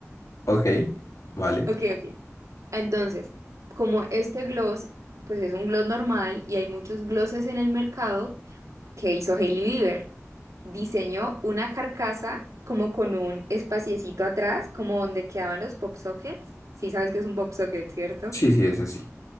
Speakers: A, on the left; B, on the right.
A: Ok, vale.
B: Ok, ok. Entonces, como este gloss, pues es un gloss normal y hay muchos glosses en el mercado, que hizo Hailey Bieber. Diseñó una carcasa como con un espaciecito atrás, como donde quedaban los pop sockets. Sí sabes que es un pop socket, ¿cierto?
A: Sí, sí, ese sí.